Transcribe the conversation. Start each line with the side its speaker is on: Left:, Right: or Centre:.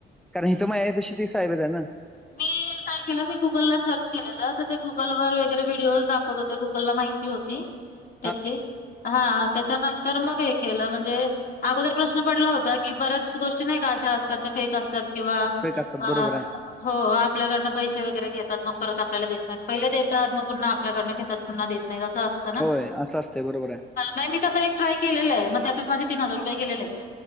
Centre: कारणं हिथ माझ्यांपाशी ते साहेबांचं आहे नां
Left: मिल्क नाहीं केलं मी गुंगल लां सर्च केलेलं तरं ते गुंगलवरं वगैरें व्हिडिओज दाखवतं होते गुंगललां माहिती होती
Centre: हम्मं
Left: त्यांची हां त्यांच्यानंतर मंग हे केलं म्हणजे अगोदर प्रश्न पडलां होतां की बऱ्यांच गोष्टी नाहीं कां अशां असतांत जे फेक असतांत किंवा
Centre: फेक असतात
Left: आं
Centre: बरोबर आहे
Left: हो आपल्यांकडनं पैसे वगैरें घेतांत मंग परंत आपल्यांला देतं नाहींत पहिले देतांत मंग पुन्हां आपल्याकडनं घेतांत पुन्हां देतं नाहींत असं असतं
Centre: होयं असं असतयं बरोबर हांय
Left: नाहीं मी तसं एक ट्राय केलेलं मंग तेच्यांत माझे तीनं हजांर रुपये गलेलेत